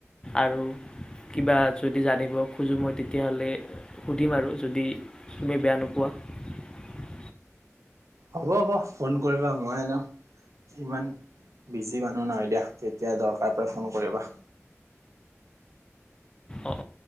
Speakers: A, on the left; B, on the right.
A: আৰু কিবা যদি জানিব খোজোঁ মই তেতিয়াহ'লে সুধিম আৰু যদি তুমি বেয়া নোপোৱা।
B: হ'ব হ'ব ফোন কৰিবা মই ইনেও ইমান বিজি মানুহ নহয় দিয়া যেতিয়া দৰকাৰ পৰে ফোন কৰিবা।
A: অঁ